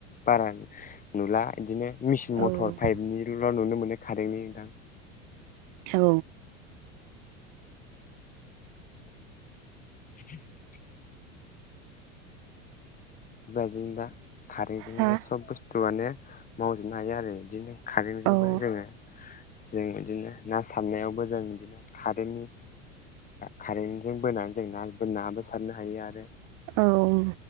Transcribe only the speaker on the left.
बारा नुला बिदिनो मेसिन
मटर खारेननिल' नुनो मोनो खारेननि नोंथां
<inaudible> बेबायदिनो दा कारेन्टजोंनो
सब बुस्थुआनो मावजोबनो हायो आरो बिदिनो कारेन्टजोंबो
जोङो जों इदिनो ना सारनायावबो जों बिदिनो कारेन्टनि खारेन्जों बोनानै जों ना नाबो सारनो हायो आरो